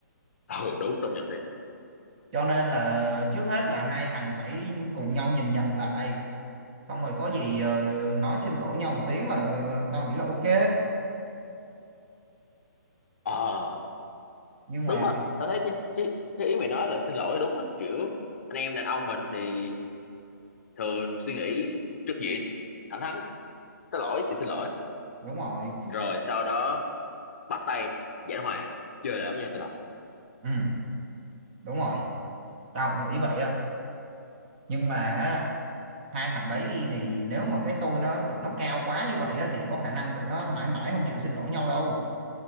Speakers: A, on the left; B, on the right.
A: <laughs> ừ đúng công nhận thiệt
B: cho nên là trước hết là hai thằng phải cùng nhau nhìn nhận lại xong rồi có gì ờ, nói xin lỗi nhau một tiếng là ờ, tao nghĩ là ok
A: ờ
B: nhưng
A: đúng
B: mà
A: á tao thấy cái, cái, cái ý mày nói là xin lỗi đúng á kiểu anh em đàn ông mình thì thường suy nghĩ trước diện thẳng thắn có lỗi thì xin lỗi
B: đúng rồi
A: rồi sau đó bắt tay giảng hòa chơi lại với nhau từ đầu
B: ừ đúng rồi tao cũng nghĩ vậy á nhưng mà á, hai thằng đấy thì nếu mà cái tôi nó tụi nó cao quá như vậy á thì có khả năng tụi nó mãi mãi không chịu xin lỗi nhau đâu